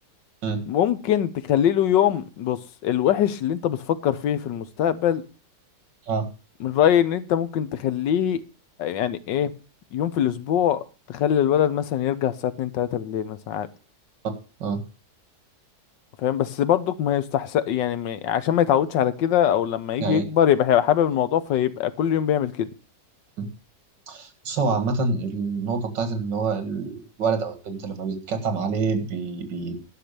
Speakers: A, on the right; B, on the left.
A: مم.
B: ممكن تخلي له يوم بص الوحش اللي انت بتفكر فيه في المستقبل
A: اه
B: من رأيي ان انت ممكن تخليه يعني ايه يوم في الاسبوع تخلي الولد مثلا يرجع الساعة 2 3 بالليل مثلا عادي
A: اه آه.
B: فاهم بس برضك ما يستحسن يعني ما- عشان ما يتعودش على كده او لما يجي
A: يعني
B: يكبر يبقى هيبقى حابب الموضوع فيبقى كل يوم بيعمل كده
A: مم. بص هو عامة النقطة بتاعت إن هو الولد أو البنت لما بيتكتم عليه بي بي